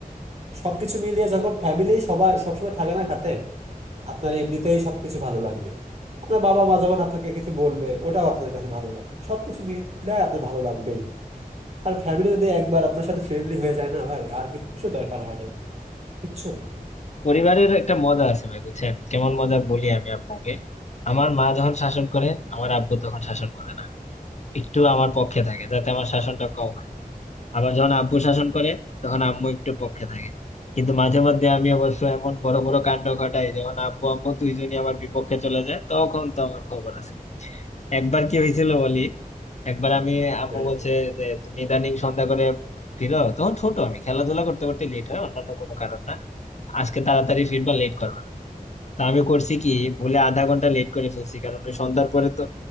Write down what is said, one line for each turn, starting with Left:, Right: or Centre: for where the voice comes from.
Right: সবকিছু মিলিয়ে যখন ফ্যামিলি সবাই সবসময় থাকে না খাতে আপনার এমনিতেই সবকিছু ভালো লাগবে আপনার বাবা মা যখন আপনাকে কিছু বলবে ওটাও আপনার কাছে ভালো লাগবে সবকিছু মিলে আপনার ভালো লাগবেই আর ফ্যামিলি যদি একবার আপনার সাথে ফ্রেন্ডলি হয়ে যায় না ভাই আর কিচ্ছু দরকার হয় না কিচ্ছু না
Left: পরিবারের একটা মজা আছে ভাই বুঝছেন কেমন মজা বলি আমি আপনাকে আমার মা যখন শাসন করে আমার আব্বু তখন শাসন করে না একটু আমার পক্ষে থাকে যাতে আমার শাসনটা কম হয় আবার যখন আব্বু শাসন করে তখন আম্মু একটু পক্ষে থাকে কিন্তু মাঝে মধ্যে আমি অবশ্য এমন বড় বড় কাণ্ড ঘটাই যখন আব্বু আম্মু দুইজনই আমার বিপক্ষে চলে যায় তখন তো আমার খবর আছে একবার কি হয়েছিল বলি একবার আমি আম্মু
Right: হ্যাঁ,
Left: বলছে যে তুমি ইদানিং সন্ধ্যা করে ফিরো তখন ছোট আমি খেলাধুলা করতে করতে লেট হয় অন্যান্য কোনো কারণ না আজকে তাড়াতাড়ি ফিরবা লেট করবে না তা আমি করছি কি ভুলে আধা ঘন্টা লেট করে ফেলছি কারণ ওই সন্ধ্যার পরে তো